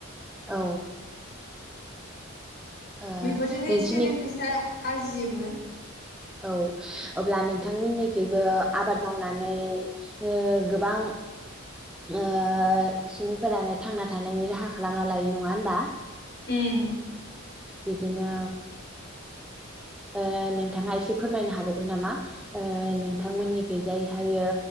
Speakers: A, in the centre; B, on the left (about 50°).
A: औ। ओ
B: बेफोरजोंनो
A: नोंसिनि
B: एसे एनै फैसा आरजियोबो।
A: औ अब्ला नोंथांमोननिखैबो आबाद मावनानै ओ गोबां ओ सुबुंफोरानो थांना थानायनि राहा खालामना लायो। नङा होनबा?
B: उम
A: बिदिनो ओ नोंथाङा एसे फोरमायनो हाबावगोन नामा ओ नोंथांमोननि खैजायहायो